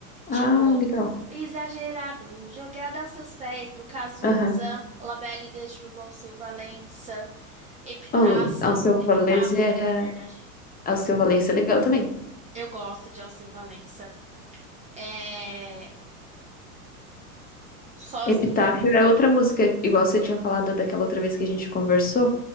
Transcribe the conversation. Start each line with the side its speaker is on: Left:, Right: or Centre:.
Right: Tipo,
Left: Ah, legal.
Right: exagerado, jogada aos seus pés, do Cazuza,
Left: Aham.
Right: Labelle de Júlio Alceu Valença, Epitácio,
Left: Al- Alceu
Right: Epitáfio,
Left: Valença é...
Right: na verdade.
Left: Alceu Valença é legal também.
Right: Eu gosto de Alceu Valença. É, Sozinho,
Left: Epitáfio é outra música, igual você tinha falado daquela outra vez que a gente conversou,